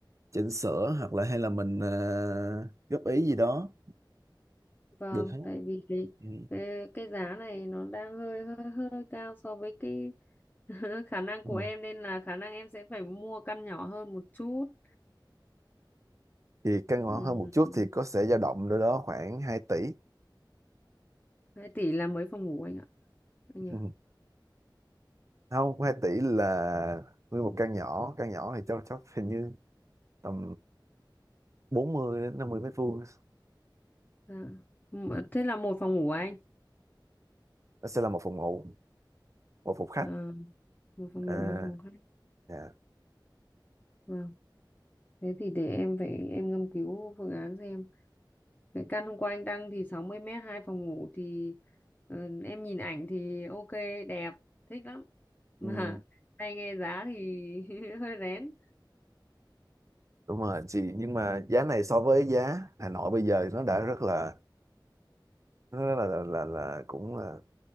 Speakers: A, on the right; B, on the left.
A: chỉnh sửa hoặc là hay là mình à, góp ý gì đó
B: vâng
A: được hết
B: tại vì cái,
A: ừ.
B: cái cái giá này nó đang hơi hơi hơi cao so với cái <laughs> khả năng
A: Ừ.
B: của em nên là khả năng em sẽ phải mua căn nhỏ hơn một chút
A: thì căn hộ
B: ừ,
A: hơn một chút thì có sẽ dao động đâu đó khoảng hai tỷ
B: 2 tỷ là mấy phòng ngủ anh ạ anh nhỉ
A: Ừ. không 2 tỷ là nguyên một căn nhỏ căn nhỏ thì chắc chắc hình như tầm 40 đến 50 mét vuông
B: dạ. M- thế là một phòng ngủ à anh
A: nó sẽ là một phòng ngủ một phòng khách
B: Ờ, một phòng
A: à,
B: ngủ một phòng khách
A: dạ.
B: vâng thế thì để em phải em ngâm cứu phương án xem Cái căn hôm qua anh đăng thì 60 mét hai phòng ngủ thì ờ, em nhìn ảnh thì ok đẹp thích lắm <laughs> mà
A: ừ,
B: hay nghe giá thì <laughs> hơi rén
A: đúng rồi chị nhưng mà giá này so với giá Hà Nội bây giờ thì nó đã rất là nó rất là là, là, là cũng là